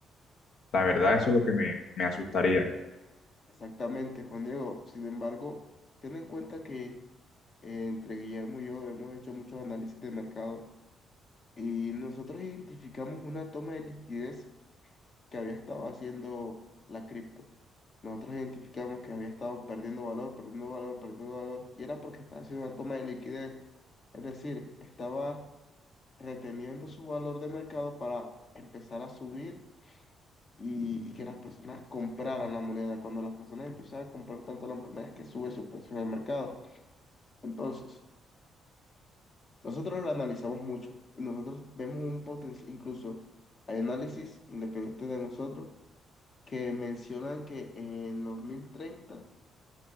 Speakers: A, on the left; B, on the left.
A: La verdad, eso es lo que me, me asustaría.
B: Exactamente, Juan Diego. Sin embargo, ten en cuenta que eh, entre Guillermo y yo hemos hecho muchos análisis de mercado y nosotros identificamos una toma de liquidez que había estado haciendo la cripto. Nosotros identificamos que había estado perdiendo valor, perdiendo valor, perdiendo valor, y era porque estaba haciendo una toma de liquidez. Es decir, estaba reteniendo su valor de mercado para empezar a subir y, y que las personas compraran la moneda. Cuando las personas empiezan a comprar tanto la moneda es que sube su precio en el mercado. Entonces, nosotros lo analizamos mucho y nosotros vemos un potencial, incluso hay análisis independientes de nosotros que mencionan que en dos mil treinta